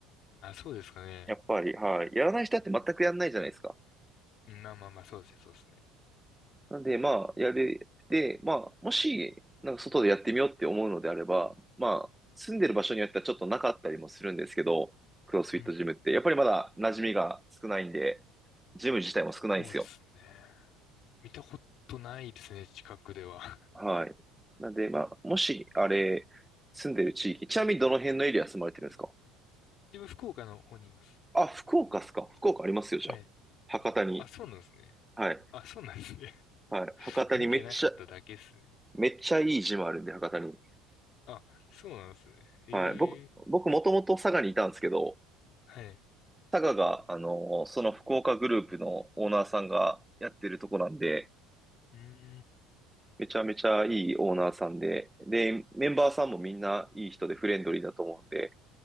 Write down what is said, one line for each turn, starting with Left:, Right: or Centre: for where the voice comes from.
Left: あ、そうですかね。
Centre: やっぱり、はい。やらない人だって全くやんないじゃないですか。
Left: うんまあまあまあ、そうですね、そうですね。
Centre: なんで、まあ、やる。で、まあ、もし、なんか外でやってみようって思うのであれば、まあ、住んでる場所によってはちょっとなかったりもするんですけど、クロスフィットジムって。
Left: うん。
Centre: やっぱりまだ馴染みが少ないんで、ジム自体も少ないんですよ。
Left: そうですね。見たことないですね、近くでは。<laughs>
Centre: はい。なんで、まあ、もし、あれ、住んでる地域、ちなみにどの辺のエリア住まれてるんですか
Left: 自分、福岡の方にいます。
Centre: あ、福岡っすか福岡ありますよ、じゃあ。
Left: はい。
Centre: 博多に。
Left: あ、そうなんですね。
Centre: はい。
Left: あ、そうなんですね。<laughs>
Centre: はい。博多にめっちゃ、
Left: 見てなかっただけですね。
Centre: めっちゃいいジムあるんで、博多に。
Left: あ、そうなんですね。へえ。
Centre: はい。僕、僕もともと佐賀にいたんですけど、
Left: はい。
Centre: 佐賀が、あのーその福岡グループのオーナーさんがやってるとこなんで、
Left: うーん。
Centre: めちゃめちゃいいオーナーさんで、で、メンバーさんもみんないい人でフレンドリーだと思うんで、